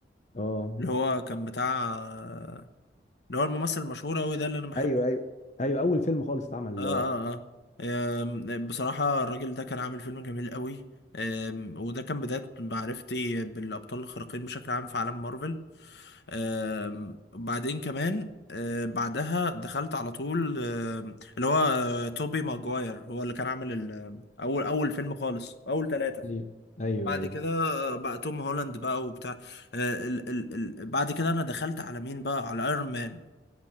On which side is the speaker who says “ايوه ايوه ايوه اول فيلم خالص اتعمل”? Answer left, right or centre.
Left